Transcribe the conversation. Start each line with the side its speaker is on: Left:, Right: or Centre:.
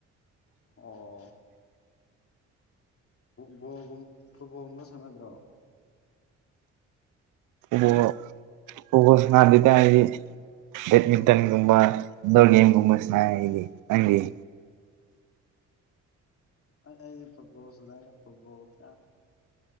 Left: ꯑꯣ ꯠꯕꯣꯜꯒꯨꯝ ꯐꯨꯠꯕꯣꯜꯒꯨꯝꯕ ꯁꯥꯟꯅꯗ꯭ꯔꯣ
Right: ꯑꯣꯕ ꯑꯣ ꯉꯗꯗꯤ ꯗꯦꯠꯃꯤꯇꯟꯒꯨꯝꯕ ꯏꯟꯗꯣꯔ ꯦꯝ ꯀꯨꯝꯕꯁꯅꯗꯤꯗꯤ
Left: ꯑꯩ ꯐꯨꯠꯕꯣꯜ ꯁꯗꯥꯏ ꯐꯨꯠꯕꯣꯜꯅ